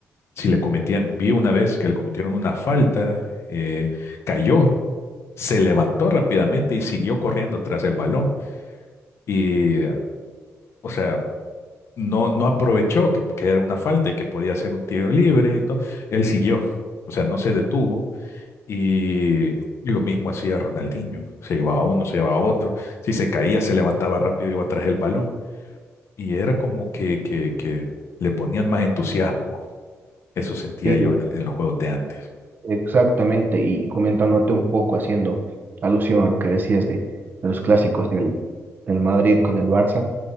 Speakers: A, on the left; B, on the right.
A: si le cometían, vi una vez que le cometieron una falta, eh, cayó, se levantó rápidamente y siguió corriendo tras el balón y, eh, o sea, no, no aprovechó que, que era una falta y que podía ser un tiro libre y todo. Él siguió, o sea, no se detuvo y, y lo mismo hacía Ronaldinho. Se llevaba uno, se llevaba otro. Si se caía, se levantaba rápido y iba tras el balón. Y era como que, que, que le ponían más entusiasmo. Eso sentía
B: sí,
A: yo en, en los juegos de antes.
B: exactamente. Y comentándote un poco, haciendo alusión a lo que decías de, de los clásicos del, del Madrid con el Barça,